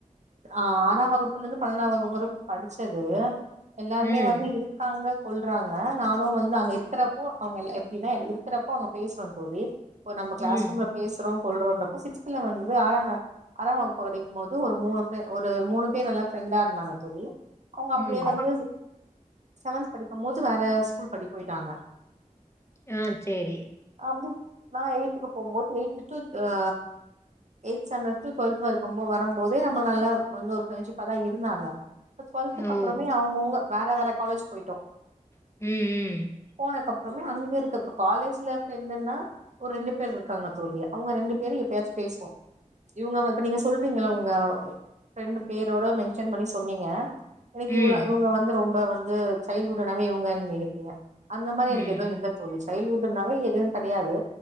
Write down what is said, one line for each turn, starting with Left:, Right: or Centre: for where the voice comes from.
Right: அ ஆறாம் வகுப்புலந்து பன்னண்டா வகுப்பு வர படிச்சது எல்லாருமே
Left: ம்
Right: வந்து இரு இருக்காங்க கொல்றாங்க நானு வந்து அங்க இருக்குறப்போ அவ்ங்கள் எப்டினா எனக் இர்க்குறப்போ அங்க பேஸ்றோ தோழி போ நம்ப க்ளாஸ்
Left: ம்
Right: ரூம்ல பேஸ்றோம் கொல்றோன்றப் சிக்ஸ்துல வந்து ஆறாங்ள ஆறாம் வகுப்பு கடிக்கும்போது ஒரு மூணு ஃப்ரெ ஒரு மூணு பேர் நல்லா ஃப்ரெண்டா இர்ந்தாங்க தோழி அவ்ங்க அப்டியே
Left: ம்
Right: வந்து செவன்த் படிக்கம்மோது வேற ஸ்கூல் படி பொயிட்டாங்க
Left: யா சேரி
Right: அம்மு நான் எய்த்துக்கு போம்போது எய்த்து டூத் அ எயித் ஸாண்டர் டூ ட்வல்த் வரக்கு மு வரம்போதே நம்ம நல்லா வந்து ஒரு ஃப்ரெண்ட்ஷிப்பா தா இருந்தாங்க இப்ப டுவல்த்துக்கு
Left: ஓ
Right: அப்பறமே அவங்கவுங்க வேற வேற காலேஜ் போயிட்டோ
Left: ம் ம்
Right: போனதுக்கு அப்பறமே அங்க இருக்க இப்ப காலேஜ்ல ப்ரெண்டுணா ஒரு ரெண்டு பேர் இருக்காங்க தோழி அவங்க ரெண்டு பேரு எப்பயாச்சு பேசுவோ இவங்க இப்ப நீங்க சொல்றீங்கள உங்க ப்ரெண்டு பேரோட மென்ஷன் பண்ணி சொன்னீங்க எனக்கு
Left: ம்
Right: இவ்ள இவங்க வந்து ரொம்ப வந்து சைல்டுஹுட்டுனாவே இவங்க நினைத்தீங்க அந்த மாரி
Left: ம்
Right: எனக்கு
Left: ம்
Right: எதுவு இல்ல ல தோழி சைல்டுஹுட்டுனாவே எதுவு கிடையாது